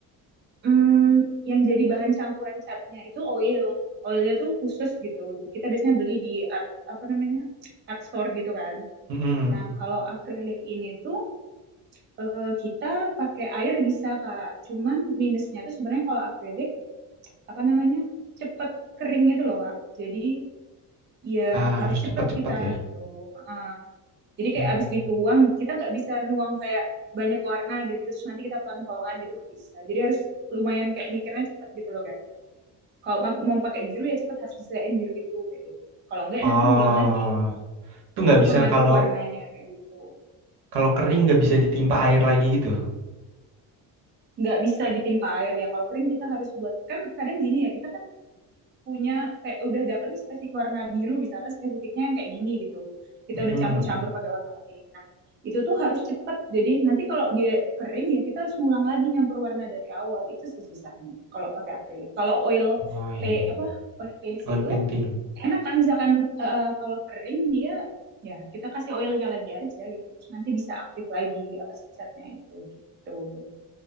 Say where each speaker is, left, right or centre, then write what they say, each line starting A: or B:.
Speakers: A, on the right; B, on the right.
A: Hmm, yang jadi bahan campuran catnya itu oil. Oilnya tuh khusus gitu. Kita biasanya beli di art apa namanya? art store gitu kan.
B: Mm-mm.
A: Nah, kalau akrilik ini tuh eh, kita pakai air bisa Kak. Cuman minusnya tuh sebenarnya kalau akrilik apa namanya? cepet kering itu loh Kak. Jadi ya
B: Ah,
A: harus
B: harus
A: cepet
B: cepat-cepat
A: kita
B: ya.
A: gitu. Heeh. Jadi
B: Hmm.
A: kayak abis dituang, kita nggak bisa nuang kayak banyak warna gitu, terus nanti kita pelan-pelan gitu, nggak bisa. Jadi harus lumayan kayak mikirnya cepet gitu loh kayak. Kalau mau pakai biru ya cepet harus bisain biru itu kayak gitu. Kalau enggak
B: Oh,
A: ya nanti ngulang lagi
B: itu nggak
A: apa
B: bisa
A: ngaduk
B: kalau
A: warnanya kayak gitu.
B: kalau kering nggak bisa ditimpa air lagi gitu.
A: Nggak bisa ditimpa air ya. Kalau kering kita harus buat kan kadang gini ya kita kan punya kayak udah dapet nih spesifik warna biru misalkan spesifiknya yang kayak gini gitu kita
B: Mm-mm.
A: udah campur-campur pakai warna lain nah itu tuh harus cepet jadi nanti kalau dia kering ya kita harus ngulang lagi nyampur warna dari awal itu sih susahnya kalau pakai akrilik kalau oil
B: Oh iya,
A: pa-
B: iya.
A: apa oil paints itu
B: Oil painting.
A: enak kan misalkan eh, kalau kering dia ya kita kasih oilnya lagi aja gitu Terus nanti bisa aktif lagi apa sih catnya itu gitu